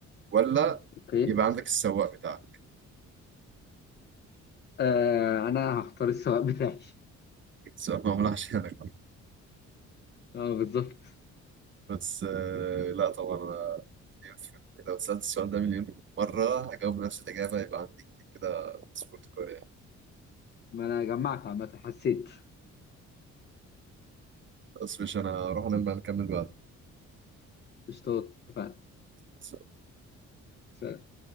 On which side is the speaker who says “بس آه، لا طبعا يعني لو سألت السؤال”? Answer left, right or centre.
Right